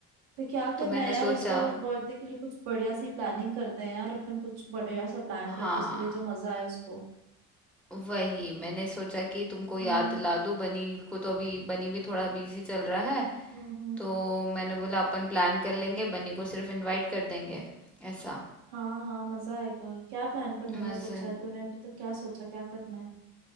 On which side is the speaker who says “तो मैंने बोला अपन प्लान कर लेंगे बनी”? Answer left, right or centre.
Centre